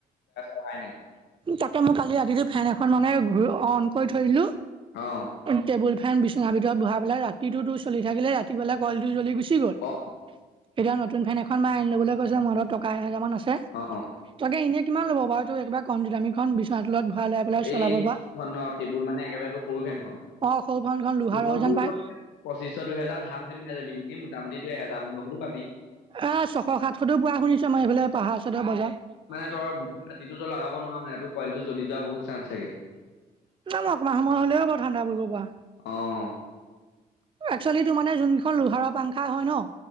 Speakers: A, on the left; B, on the right.
A: অহাই নাই
B: তাকে মই কালি ৰাতিটো ফেন এখন মানে ঘূৰি অন কৰি থৈ দিলো
A: অ
B: টেবুল ফেন বিচনাৰ ভিতৰত বৰাই পেলাই ৰাতিটোতো চলি থাকিলে ৰাতি পেলাই কলটো জ্বলি গুচি গ'ল <unintelligible>
A: অ
B: এতিয়া নতুন ফেন এখন বা আনি লবলৈ কৈছে মোৰত টকা এহেজাৰ মান আছে
A: অ
B: আগে এনে কিমান লবাৰু এই একাৰ কম দামীখন বিচনা তলত ভৰাই লৈ পেলাই চলাব
A: এইখন
B: পৰা।
A: ন টেবুল মানে একেবাৰে তোৰ সৰু ফেনখন
B: অ' সৰু ফেনখন লোহাৰৰ
A: সেখন
B: যেন
A: <unintelligible>
B: পায়।
A: ত পচিশ দুইহেজাৰ ভাল খে পাই যাবি এনে মোটামুিই এহেজাৰ বুলি বুলি পাবি <unintelligible>
B: এ ছশ সাতশতো পোৱা শুনিছো মমাৰ এইফালে পাহাৰ চডৰ বজাৰ <unintelligible>
A: ত গ ৰাতিটোতো লগাব নোৱাৰা মানেটো কইলটো জ্বলি যোৱা বহুত চান্স থাকে <unintelligible>
B: ন মই অকণমান সময় হলেও বাৰ ঠাণ্ডা পৰিব পৰা
A: আহ
B: এক্চুৱেলি টো মানে যোন কেইখন লোহাৰৰ পাংখা হয় ন